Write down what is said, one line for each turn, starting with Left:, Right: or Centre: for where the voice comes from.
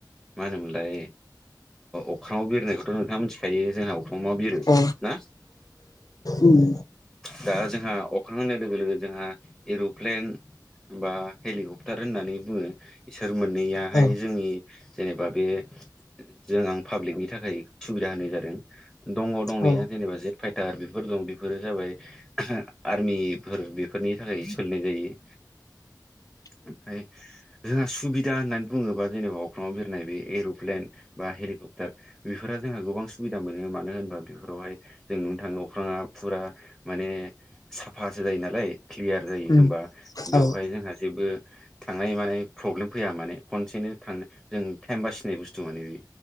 Centre: मा होनोमोन ओमफ्राय अख्रङाव बिरनायखौथ' नोंथाङा मिथिखायो जोंहा अखा अमा बिरो
Left: औ
Centre: ना
Left: उम
Centre: दा जोंहा अख्रां होननाय लोगो लोगो जोंहा एर'प्लेन बा हेलिकप्टार होननानै बुङो इसोर मोननैयाहाय
Left: औ
Centre: जोंनि जेनेबा बे जों आं पाब्लिकनि थाखाय सुबिदा होनाय जादों दङ दंनाया
Left: औ
Centre: जेनेबा जे फाइटार बेफोर दं बेफोरो जाबाय आर्मिफोर बेफोरनि थाखाय सोलिनाय जायो
Left: <inaudible>
Centre: ओमफ्राय जोंहा सुबिदा होननानै बुङोबा जेनेबा अख्रङाव बिरनाय बे एरु प्लेन बा हेलिकप्टार बेफोरफोरा जोंहा गोबां सुबिदा मोनो मानो होनोबा बेफोरावहाय जों नुनो थाङोबा अख्राङा फुरा माने साफासो जायो नालाय क्लियार जायो
Left: उम
Centre: होमबा बेवहाय
Left: औ
Centre: जोंहा जेबो थांनाय माने प्रब्लेम फैया माने खनसेनो थां जों टाइम बासिनाय बुस्थु माने बेयो